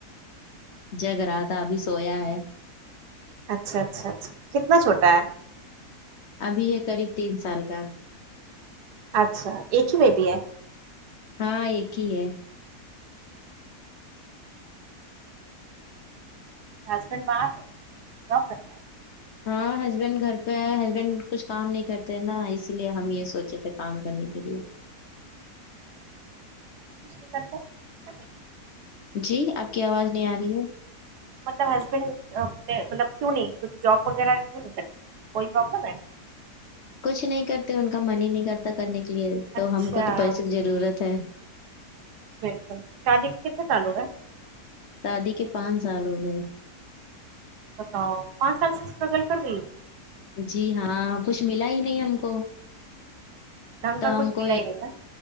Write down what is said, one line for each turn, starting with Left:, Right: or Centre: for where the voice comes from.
Left: جگ رہا تھا ابھی سویا ہے
Right: اچھا اچھا اچھا کتنا چھوٹا ہے
Left: ابھی یہ قریب تین سال کا
Right: اچھا ایک ہی بیبی ہے
Left: ہاں ایک ہی ہے
Right: ہسبینڈ باہر ہے جاب کرتا ہے
Left: ہاں ہسبینڈ گھر پہ ہے ہسبینڈ کچھ کام نہیں کرتے نا اسی لیے ہم یہ سوچے تھے کام کرنے کے لیے
Right: یتا <inaudible>
Left: جی آپ کی آواز نہیں آ رہی ہے
Right: مطلب ہسبینڈ مب کی نہیں ک جاب وغہ کی نہیں کر کوئی پرلم ہے
Left: کچھ نہیں کرتے ان کا من ہی نہیں کرتا کرنے کے تو
Right: اچھا
Left: ہم کو تو پیسے کی ضرورت ہے
Right: بالکل شادی کتنا چالو ہےا
Left: شادی کے پانچ سال ہو گئے
Right: بتاؤ پانچ سال سے اسٹرگل کر رہی ہو
Left: جی ہاں کچھ ملا ہی نہیں ہم کو
Right: ڈھنگ
Left: ت
Right: کا کچھ
Left: ہم
Right: ملا
Left: کوئی
Right: ہی نہیں نا